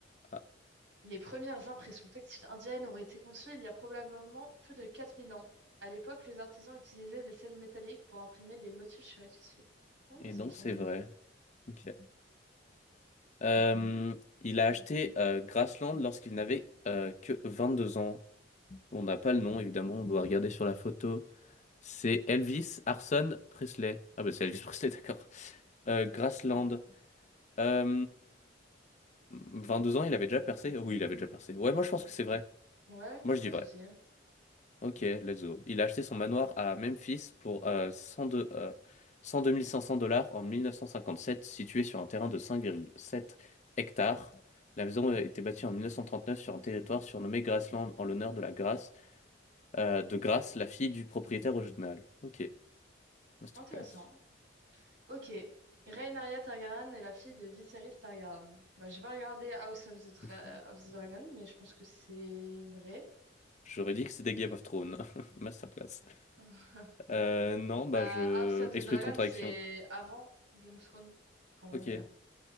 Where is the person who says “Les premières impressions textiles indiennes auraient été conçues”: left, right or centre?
Right